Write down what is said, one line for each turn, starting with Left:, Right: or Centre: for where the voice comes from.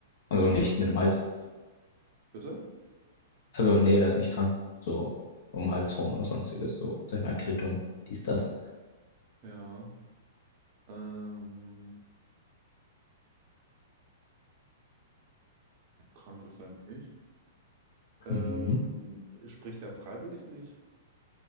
Left: Also nichts mit dem Hals.
Right: Bitte?
Left: Also nee, er ist nicht krank. So um den Hals rum oder sonstiges. So, sag ich mal, Erkältung, dies, das.
Right: Ja. Ähm, krank ist er nicht. Ähm,
Left: Mhm.
Right: spricht er freiwillig nicht?